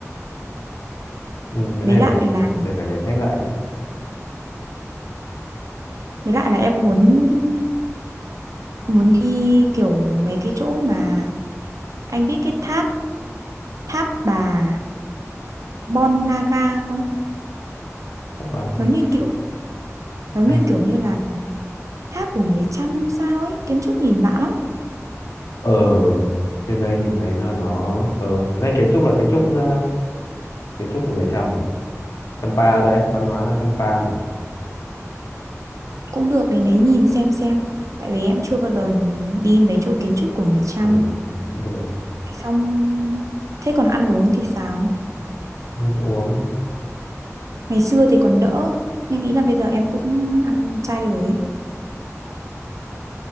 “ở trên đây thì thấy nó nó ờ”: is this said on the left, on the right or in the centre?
Left